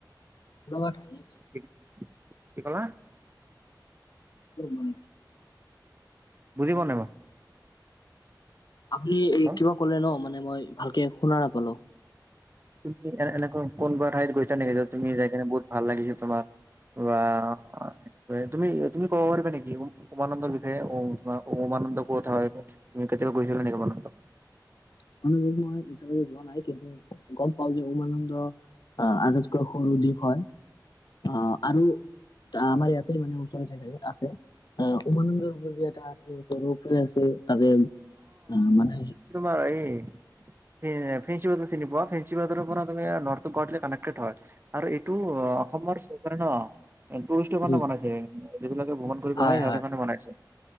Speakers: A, on the left; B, on the right.
A: ভাল লগা ঠাই নেকি?
B: কি ক'লা?
A: উম।
B: বুজি পোৱা নাই মই।
A: আপুনি
B: হেল্ল'?
A: এই কিবা ক'লে ন'? মানে মই ভালকে শুনা নাপালোঁ।
B: তুমি এনে- এনেকুৱা কোনোবা ঠাইত গৈছা নেকি? য'ত তুমি যাইকিনে বহুত ভাল লাগিছিল তোমাক। বা এনেকৈ তুমি- তুমি ক'ব পাৰিবা নেকি উ- উমানন্দৰ বিষয়ে? উমা- উমা নন্দ কথা হয়, তুমি কেতিয়াবা গৈছিলা নেকি উমানন্দ?
A: <unintelligible> এতিয়ালৈকে যোৱা নাই। কিন্তু গম পাওঁ যে উমানন্দ অ' আটাইতকৈ সৰু দ্বীপ হয়। অ' আৰু তা আমাৰ ইয়াতে যে মানে ওচৰতে যে আছে, অ' উমানন্দৰ ওপৰত এটা হেৰি আছে, <inaudible> আছে তাতে, উম মানে হৈ
B: পাৰি। এ ফেঞ্চিবজাৰ চিনি পোৱা? ফ্ৰেঞ্চিবজাৰৰ পৰা তুমি নৰ্থটো কৰ্দিলে কানেক্টেড হয়। আৰু এইটো অ' অসমৰ চৰকাৰে ন', এ টুৰিষ্টৰ কাৰণে
A: উম
B: বনাইছে। যিবিলাকে ভ্ৰমণ কৰিব
A: হয়
B: আহে, সিহঁতৰ
A: হয়
B: কাৰণে বনাইছে।